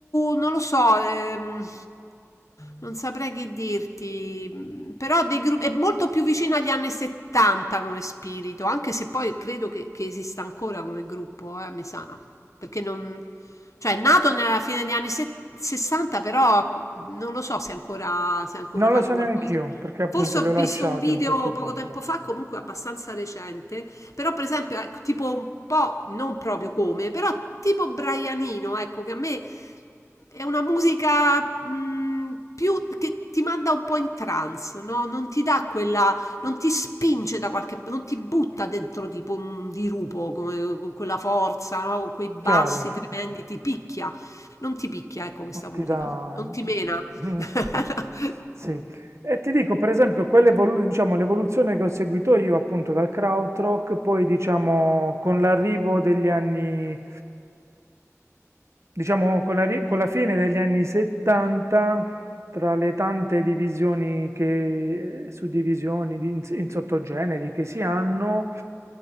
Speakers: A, on the left; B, on the right.
A: non lo so, ehm, non saprei che dirti, mm, però dei gruppi, è molto più vicino agli anni 70 come spirito, anche se poi credo che, che esista ancora come gruppo, eh, mi sa, perché non, cioè è nato nella fine degli anni se- 60, però non lo so se ancora, se ancora
B: Non
A: fanno
B: lo so
A: qualcosa.
B: neanch'io, perché appunto
A: Forse
B: li
A: ho
B: ho lasciati
A: visto un video
B: a un certo
A: poco
B: punto.
A: tempo fa, comunque abbastanza recente, però, per esempio, ecco, tipo un po', non proprio come, però tipo Brianino, ecco, che a me è una musica mh, più che ti manda un po' in trance, no? Non ti dà quella, non ti spinge da qualche, non ti butta dentro tipo un dirupo come- con quella forza, no? Con quei bassi
B: Chiaro.
A: tremendi, ti picchia. Non ti picchia, ecco, questa
B: Non
A: musica.
B: ti dà...
A: Non
B: Mm.
A: ti mena. <laughs>
B: mm. Sì. E ti dico, per esempio, quell'evolu- diciamo, l'evoluzione che ho seguito io appunto dal krautrock, poi diciamo con l'arrivo degli anni, diciamo con la, ri- con la fine degli anni 70, tra le tante divisioni che, suddivisioni di- in, in sottogeneri che si hanno,